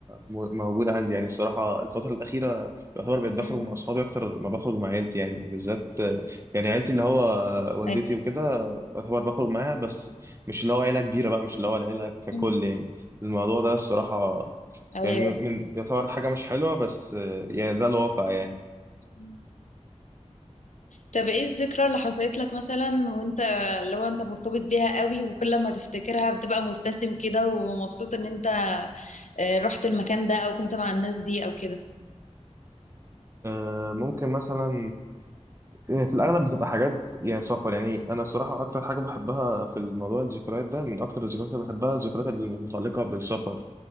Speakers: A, on the right; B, on the left.
A: م- موجود عندي يعني الصراحه الفتره الاخيره يعتبر بقيت
B: مم.
A: بخرج مع اصحابي اكتر ما بخرج مع عيلتي يعني بالذات يعني عيلتي اللي هو والدتي
B: أيوة
A: وكده يعتبر بخرج معاها بس مش اللي هو عيله كبيره بقى مش اللي هو العيله ككل
B: مم.
A: يعني الموضوع ده الصراحه
B: أيوة.
A: يعني من من- يعتبر حاجه مش حلوه بس يعني ده الواقع يعني
B: مم. طب ايه الذكرى اللي حصلت لك مثلا وانت لو انت مرتبط بيها قوي وكل ما تفتكرها بتبقى مبتسم كده ومبسوط ان انت آه، رحت المكان ده او كنت مع الناس دي او كده
A: أه، ممكن مثلا يعني في الأغلب بتبقى حاجات يعني سفر يعني أنا الصراحة أكتر حاجة بحبها في الموضوع الذكريات ده من أكتر الذكريات اللي بحبها الذكريات المتعلقة بالسفر